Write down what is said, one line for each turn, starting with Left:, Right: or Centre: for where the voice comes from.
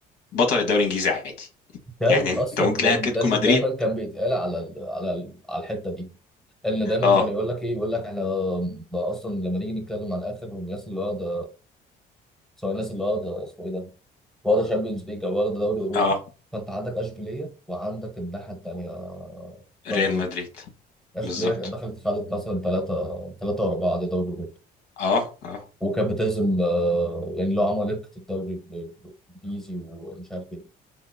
Left: بطل الدوري الانجليزي عادي
Centre: ده
Left: يعني
Centre: ال-
Left: انت
Centre: اصلا
Left: ممكن تلاقي
Centre: كان-
Left: اتلتيكو
Centre: ده اللي
Left: مدريد
Centre: دايما كان بيتقال على ال على ال على الحته دي ان دايما
Left: اه
Centre: كان يقول لك ايه يقول لك احنا ده اصلا لما نيجي نتكلم عن اخر الناس اللي واخده سواء الناس اللي واخده اسمه ايه ده واخده شامبيونز ليج او واخده دوري اوروبي
Left: اه
Centre: فانت عندك اشبيليه وعندك الناحيه التانيه
Left: ريال
Centre: مدريد
Left: مدريد
Centre: اشبيليه
Left: بالظبط
Centre: دخلت خدت مثلا ثلاثه ثلاثه ورا بعض دوري اوروبي
Left: اه اه
Centre: وكانت بتهزم آه، يعني لو عمالقه الدوري الانجليزي ومش عارف ايه